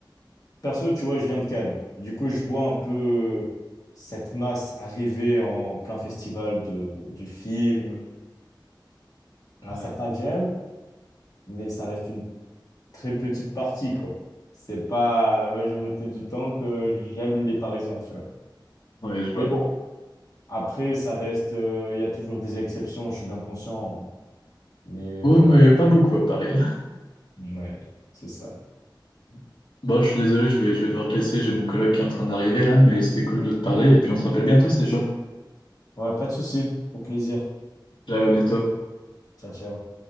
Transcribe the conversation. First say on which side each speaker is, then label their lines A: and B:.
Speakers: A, on the left; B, on the left.
A: Perso, tu vois, je viens de Cannes. Du coup, je vois un peu cette masse arriver en plein festival de, du film. Il y en a
B: Ouais,
A: certains que j'aime, mais ça reste une très petite partie, quoi. C'est pas la majorité du temps que j'aime les Parisiens, tu vois.
B: ouais je vois.
A: Mais bon, après, ça reste, euh, il y a toujours des exceptions, je suis bien conscient. hein. Mais euh,
B: Oh mais pas beaucoup à Paris.
A: ouais, c'est ça.
B: <laughs> Bon je suis désolé, je vais, je vais devoir te laisser, j'ai mon coloc qui est en train d'arriver là, mais c'était cool de te parler, et puis on se rappelle bientôt, c'était chaud.
A: Ouais, pas de souci. Au plaisir.
B: Ciao, à bientôt.
A: Ciao, ciao.